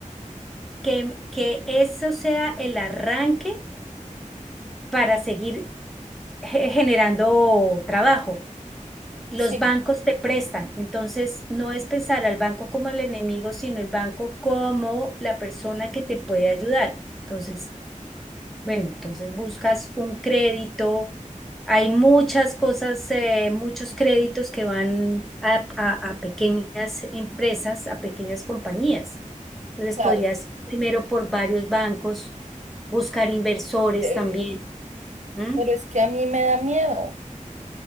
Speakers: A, in the centre; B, on the right (about 60°).
A: que, que eso sea el arranque para seguir <laughs> ge- generando trabajo. Los
B: Sí,
A: bancos te prestan, entonces no es pensar al banco como el enemigo, sino el banco como la persona que te puede ayudar. Entonces, bueno, entonces buscas un crédito. Hay muchas cosas, eh, muchos créditos que van a, a a pequeñas empresas, a pequeñas compañías. Entonces
B: claro,
A: podrías primero por varios bancos, buscar inversores
B: eh,
A: también. ¿m?
B: pero es que a mí me da miedo,